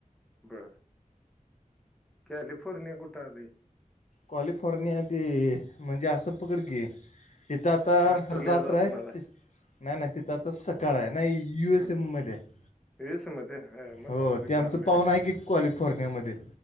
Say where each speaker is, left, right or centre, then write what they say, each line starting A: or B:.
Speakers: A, in the centre; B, on the left.
A: बर. कॅलिफोर्निया कुठं आलं हे?
B: कॉलिफोर्निया ते म्हणजे असं पकड की तिथं आता
A: ऑस्ट्रेलियाच
B: रात्र
A: असणार
B: आहेत
A: आहे
B: नाही नाही तिथं आता सकाळ आहे नाही यू
A: हम्म
B: एस एम मध्ये आहे.
A: यूएस मध्ये हा, मग
B: हो
A: जमलं
B: ते आमच
A: की अमेरिका
B: पाहून आहे की कॉलिफोर्नियामध्ये.